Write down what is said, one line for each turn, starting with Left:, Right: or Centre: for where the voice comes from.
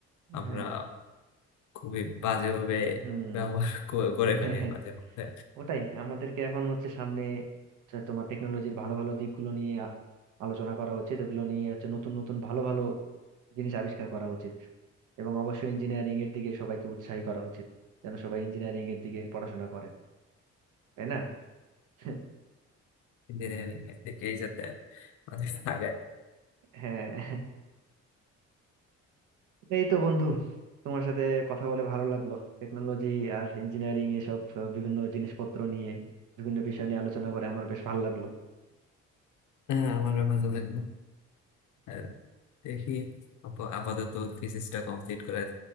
Left: আমরা
Right: হ্যাঁ
Left: খুবই বাজেভাবে
Right: হুম
Left: ব্যবহার ক- করে ফেলি
Right: হ্যাঁ হ্যাঁ,
Left: মাঝে মধ্যে
Right: ওটাই আমাদেরকে এখন হচ্ছে সামনে তো তোমার টেকনোলজির ভালো ভালো দিকগুলো নিয়ে আ- আলোচনা করা উচিত এগুলো নিয়ে হচ্ছে নতুন নতুন ভালো ভালো জিনিস আবিষ্কার করা উচিত এবং অবশ্যই ইঞ্জিনিয়ারিং এর দিকে সবাইকে উৎসাহী করা উচিত যেন সবাই ইঞ্জিনিয়ারিং এর দিকে পড়াশোনা করে তাই না <laughs>
Left: ইঞ্জিনিয়ারিং এর দিকেই যাতে মানে আগে
Right: হ্যাঁ এই তো বন্ধু তোমার সাথে কথা বলে ভালো লাগলো টেকনোলজি আর ইঞ্জিনিয়ারিং এসব আহ, বিভিন্ন জিনিসপত্র নিয়ে বিভিন্ন বিষয় নিয়ে আলোচনা করে আমার বেশ ভালো লাগলো
Left: হ্যাঁ আমারও ভালো লাগলো আর দেখি আপ- আপাতত থিসিসটা কমপ্লিট করার